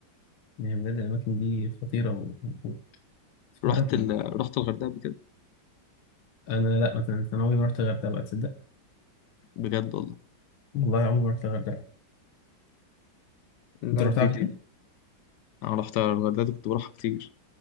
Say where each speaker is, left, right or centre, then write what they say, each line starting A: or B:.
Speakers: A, on the left; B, on the left.
A: يعني بجد الاماكن دي خطيره و- و- وتتفرج
B: رحت
A: يعني
B: ال... رحت الغردقة قبل كده
A: انا لا مثلا انا عمري ما رحت الغردقه بقى تصدق
B: بجد والله
A: والله عمري ما رحت الغردقه
B: لا
A: انت رحتها
B: دي
A: قبل
B: دي
A: كده؟
B: أنا رحت الغردقة دي كنت بروحها كتير